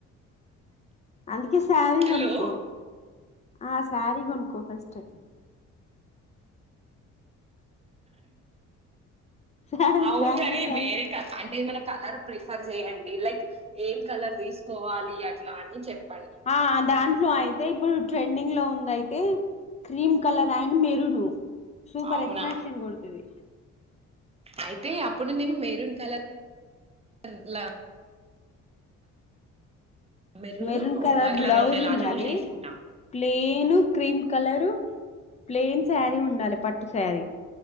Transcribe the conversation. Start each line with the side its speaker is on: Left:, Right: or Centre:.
Left: అందుకే సారి
Right: హలో
Left: కొనుక్కో ఆ సారి కొనుక్కో ఫస్ట్ శారీ
Right: అవును
Left: ఫ్యాన్సీ
Right: గానీ
Left: శారీ
Right: వేరే కా అంటే మన కలర్ ప్రిఫర్ చెయ్యండి లైక్ ఏ కలర్ తీసుకోవాలి అట్లా అని చెప్
Left: ఆ దాంట్లో అయితే ఇప్పుడు ట్రెండింగ్ లో ఉన్నాయ్ ఏయ్ cream colour and maroon super
Right: అవునా
Left: ఎట్రాక్షన్ గోడుతది
Right: అయితే అప్పుడు నేను మెరూన్ కలర్ ర్లా మెరూన్
Left: మెరున్ కలర్ బ్లౌజ్
Right: ఉండేలా
Left: ఉండాలి
Right: చూసి తీసుకుంటా
Left: plain cream colour plain sari ఉండాలి పట్టు సారీ